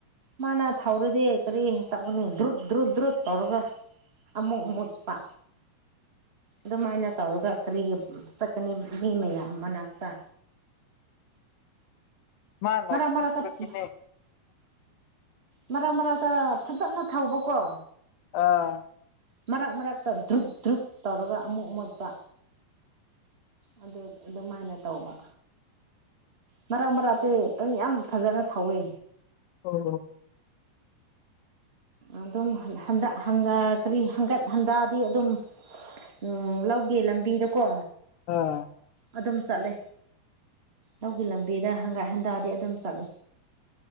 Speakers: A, on the right; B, on the left.
A: ꯃꯥꯅ ꯊꯧꯔꯗꯤ ꯀꯔꯤ ꯇꯧꯒꯅꯤ ꯗ꯭ꯔꯨꯠ ꯗ꯭ꯔꯨꯠ ꯗ꯭ꯔꯨꯠ ꯇꯧꯔꯒ ꯑꯃꯨꯛ ꯃꯨꯠꯄ ꯑꯗꯨꯃꯥꯏꯅ ꯇꯧꯔꯒ ꯀꯔꯤꯒꯤ ꯆꯠꯀꯅꯤ ꯃꯤ ꯃꯌꯥꯝ ꯃꯅꯥꯛꯇ
B: ꯃꯥꯅ
A: ꯃꯔꯛ ꯃꯔꯛꯇ
B: ꯀꯤꯕꯒꯤꯅꯦ
A: <inaudible> ꯃꯔꯛ ꯃꯔꯛꯇ ꯐꯖꯅ ꯊꯧꯕꯀꯣ
B: ꯑꯥ
A: ꯃꯔꯛ ꯃꯔꯛꯇ ꯭ꯗꯔꯨꯠ ꯗ꯭ꯔꯨꯠ ꯇꯧꯔꯒ ꯑꯃꯨꯛ ꯨꯃꯨꯠꯇ ꯑꯗꯨ ꯑꯗꯨꯃꯥꯏꯅ ꯇꯧꯕ ꯃꯔꯛ ꯃꯔꯛꯇꯤ ꯄꯪ <unintelligible> ꯌꯥꯝ ꯐꯖꯅ ꯊꯧꯏ
B: ꯑꯣ ꯍꯣ
A: ꯑꯗꯨꯝ ꯍꯟꯗꯥꯍꯟꯒ ꯀꯔꯤ ꯍꯟꯗꯥꯍꯟꯒꯗꯤ ꯑꯗꯨꯝ ꯎꯝ ꯂꯧꯒꯤ ꯂꯝꯕꯤꯗꯀꯣ
B: ꯑ
A: ꯑꯗꯨꯝ ꯆꯠꯂꯦ ꯂꯧꯒꯤ ꯂꯝꯕꯤꯗ ꯍꯪꯒꯠ ꯍꯟꯗꯥꯗꯤ ꯑꯗꯨꯝ ꯆꯠꯂꯤ